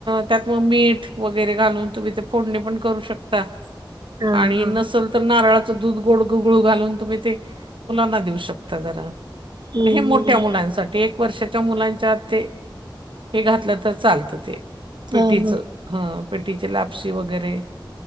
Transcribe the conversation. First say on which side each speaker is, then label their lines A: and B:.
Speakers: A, on the right; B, on the right.
A: त्यात मग मीठ वगैरे घालून. तुम्ही ते फोडणी पण करू शकता
B: हा
A: आणि
B: हा
A: नसल त तर नारळाचं दूध गोड गुगळू घालून तुम्ही ते मुलांना देऊ शकता जरा
B: हम्म
A: हे मोठ्या
B: हम्म
A: मुलांसाठी एक वर्षाच्या मुलांच्या ते हे घातलं तर चालतं ते पिटीच
B: हा हा
A: हं पेटीचे लापशी वगैरे